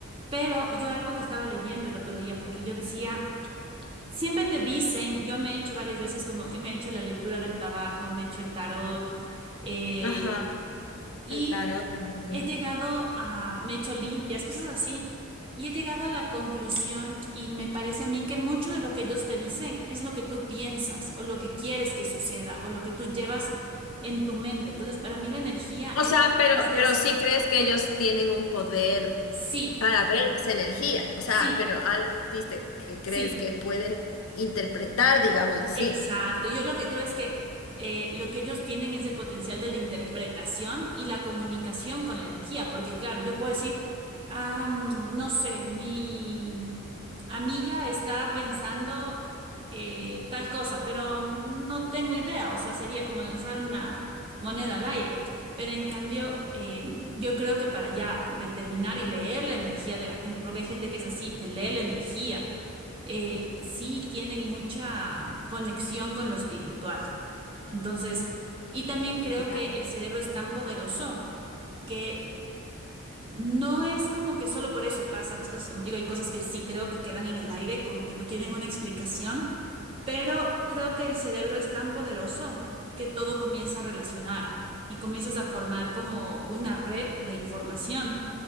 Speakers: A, on the right (about 25°); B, on the left (about 75°).
A: pero yo algo que estaba leyendo el otro día, porque yo decía, siempre te dicen, yo me he hecho varias veces como, me he hecho la lectura del tabaco, me he hecho el tarot, Mm. eh,
B: Ajá,
A: y
B: el tarot también, sí.
A: he llegado a, me he hecho limpias, cosas así, y he llegado a la conclusión y me parece a mí que mucho de lo que ellos te dicen es lo que tú piensas o lo que quieres que suceda o lo que tú llevas en tu mente. Entonces, para mí la energía
B: O
A: es,
B: sea, pero,
A: es de
B: pero
A: eso.
B: sí crees que ellos tienen un poder
A: Sí,
B: para ver esa energía. O sea,
A: sí,
B: pero algo existe que crees
A: sí.
B: que pueden interpretar, digamos así.
A: Exacto. Yo lo que creo es que eh, lo que ellos tienen es el potencial de la interpretación y la comunicación con la energía, porque claro, yo puedo decir, "Ah, mm, no sé, mi amiga está pensando eh, tal cosa, pero no tengo idea, o sea, sería como lanzar una moneda al aire. Pero en cambio, eh, yo creo que para ya determinar y leer la energía de la gente, porque hay gente que es así, te lee la energía eh, sí tienen mucha conexión con lo espiritual. Entonces, y también creo
B: Ya.
A: que el cerebro es tan poderoso que no es como que solo por eso pasan las cosas, como te digo, hay cosas que sí creo que quedan en el aire, como que no tienen una explicación, pero creo que el cerebro es tan poderoso que todo comienza a relacionar y comienzas a formar como una red de información,